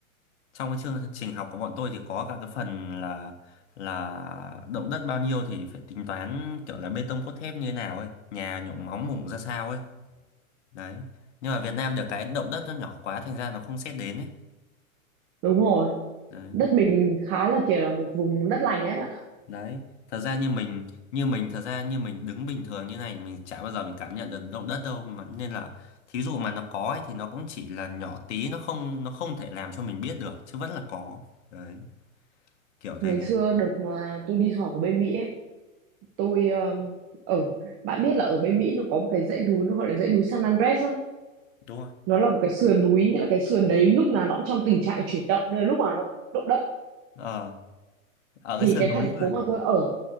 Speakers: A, on the left; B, on the right.
A: trong cái chương trình học của bọn tôi thì có cả cái phần là là động đất bao nhiêu thì phải tính toán kiểu là bê tông cốt thép như thế nào ấy nhà nhộn móng mủng ra sao ấy đấy nhưng mà Việt Nam được cái động đất nó nhỏ quá thành ra nó không xét đến ấy
B: đúng rồi
A: đấy
B: đất mình khá là kiểu là một vùng đất lành ấy bạn ạ
A: đấy thật ra như mình như mình thật ra như mình đứng bình thường như này mình chả bao giờ mình cảm nhận được động đất đâu mà nên là thí dụ mà nó có ấy, thì nó cũng chỉ là nhỏ tí nó không nó không thể làm cho mình biết được chứ vẫn là có đấy kiểu thế
B: ngày xưa được mà tôi đi du học ở bên Mỹ ấy tôi um, ở bạn biết là ở bên Mỹ nó có một cái dãy núi nó gọi là dãy núi San Andres á
A: đúng không
B: nó là một cái sườn núi nghĩa là cái sườn đấy lúc nào nó cũng trong tình trạng chuyển động nên là lúc nào nó cũng động đất
A: ờ ở
B: thì
A: cái sườn
B: cái
A: núi
B: thành
A: này
B: phố mà tôi ở